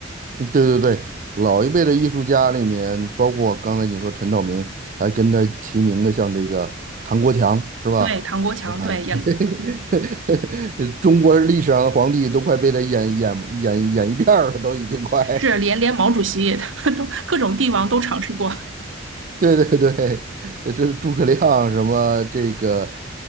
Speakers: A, on the right (about 40°); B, on the right (about 80°).
A: 对对对，老一辈的艺术家里面，包括刚才你说陈道明，还跟他齐名的，像这个唐国强，是吧？
B: 对，唐国强，
A: 啊，
B: 对，演，
A: <laughs>
B: 嗯，
A: 中国历史上的皇帝都快被他演演演演一遍儿了，都已经快。
B: 是连连毛主席 <laughs> 都各种帝王都尝试过，
A: 对对对，呃这是诸葛亮什么这个，